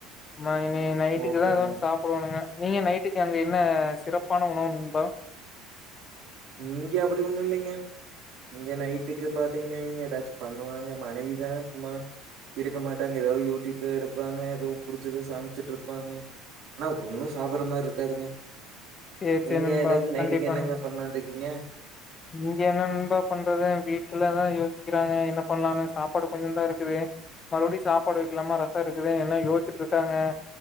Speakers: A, on the left; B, on the right.
A: மா இனி நைட்டுக்கு
B: ஓகேங்க
A: தா எதா சாப்பிடனுங்க நீங்க நைட் இன்னைக்கு அங்க என்ன சிறப்பான உணவு நண்பா
B: இங்க அப்டி ஒண்ணு இல்லைங்க இங்க நைட்டுக்கு பாத்தீங்கன்னா இங்க ஏதாச்சு பண்ணுவாங்க மனைவிதா சும்மா இருக்க மாட்டாங்க ஏதாவது யூடியூப்ல எடுப்பாங்க ஏதோ புடிச்சத சமைச்சுட்டு இருப்பாங்க ஆனா ஒண்ணு சாப்ற மாரி இருக்காதுங்க
A: செரி
B: நீங்க
A: செரி நண்பா
B: ஏதாச்சு நைட்டுக்கு
A: கண்டிப்பா
B: என்னங்க
A: நண்
B: பண்ணலானு இருக்கீங்க
A: இங்க என்ன நண்பா பண்றது இல்ல வீட்லதா யோசிக்கறாங்க என்ன பண்ணலான் சாப்பாடு கொஞ்ச தா இருக்குது மறுபடியு சாப்பாடு வைக்கலாம ரசம் இருக்குது என்ன யோசிச்சுட்டு இருக்காங்க